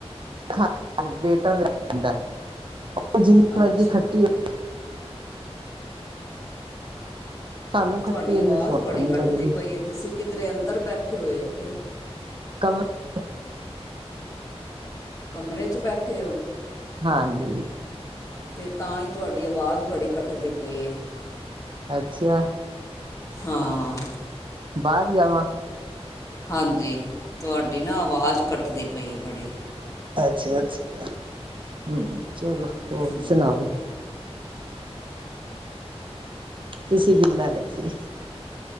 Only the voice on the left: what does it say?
ਅੱਛਾ
ਤੁਹਾਡੀ
ਆਵਾਜ਼
ਬੜੀ
ਕੱਟਦੀ
ਪਈ ਏ ਤੁਸੀਂ ਕਿੱਧਰੇ ਅੰਦਰ ਬੈਠੇ ਹੋਏ ਓ ਕੇ?
ਕਮਰੇ 'ਚ ਬੈਠੇ ਓ?
ਅਤੇ ਤਾਂ ਈ, ਤੁਹਾਡੀ ਆਵਾਜ਼ ਬੜੀ ਕੱਟਦੀ ਪਈ ਏ
ਹਾਂ।
ਹਾਂਜੀ ਤੁਹਾਡੀ ਨਾ ਆਵਾਜ਼ ਕੱਟਦੀ ਪਈ ਹੈ ਬੜੀ।
ਹੂੰ